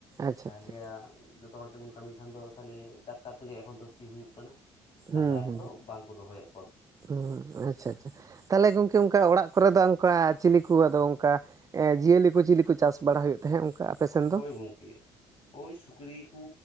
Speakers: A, on the right; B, on the left.
A: ᱟᱪᱪᱷᱟ
B: ᱛᱟᱦᱞᱮ
A: ᱟᱪᱪᱷᱟ
B: ᱡᱚᱛᱚ ᱦᱚᱲ ᱛᱮ ᱵᱩᱱ ᱠᱟᱹᱢᱤ ᱠᱷᱟᱱ ᱫᱚ ᱛᱟᱦᱞᱮ ᱴᱟᱠᱴᱟᱨ ᱛᱮ ᱜᱮ ᱮᱠᱷᱚᱱ ᱫᱚ ᱥᱤ ᱦᱩᱭᱩᱜ ᱠᱟᱱᱟ᱾
A: ᱦᱩᱸ
B: ᱰᱟᱝᱨᱟ
A: ᱦᱩᱸ
B: ᱠᱚᱫᱚ ᱵᱟᱝᱠᱚ ᱫᱚᱦᱚᱭᱮᱫ ᱠᱚᱣᱟ
A: ᱦᱩᱸ ᱟᱪᱪᱷᱟ ᱟᱪᱪᱷᱟ ᱛᱟᱦᱞᱮ ᱜᱚᱝᱠᱮ ᱚᱝᱠᱟ ᱚᱲᱟᱜ ᱠᱚ ᱨᱮ ᱫᱚ ᱚᱝᱠᱟ ᱪᱤᱞᱤ ᱠᱚ ᱟᱫᱚ ᱚᱝᱠᱟ ᱡᱤᱭᱟᱹᱞᱤ ᱠᱚ ᱪᱤᱞᱤ ᱠᱚ ᱪᱟᱥ ᱵᱟᱲᱟ ᱦᱩᱭᱩᱜ ᱛᱮᱦᱮᱸᱜ ᱚᱝᱠᱟ ᱟᱯᱮ ᱥᱮᱱ
B: ᱦᱳᱭ
A: ᱫᱚ?
B: ᱜᱚᱝᱠᱮ ᱳᱭ ᱥᱩᱠᱨᱤ ᱠᱩ,